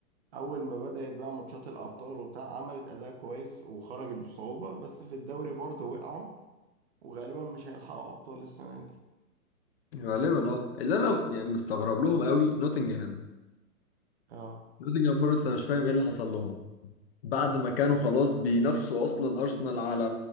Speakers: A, on the right; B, on the left.
A: اول ما بدات بقى ماتشات الابطال وبتاع عملت اداء كويس وخرجت بصعوبه بس في الدوري برضه وقعوا وغالبا مش هيلحقوا ابطال السنه دي
B: غالبا اه اللي انا يعني مستغرب لهم قوي نوتنجهام
A: اه
B: نوتنجهام فورست انا مش فاهم ايه اللي حصل لهم بعد ما كانوا خلاص بينافسوا اصلا ارسنال على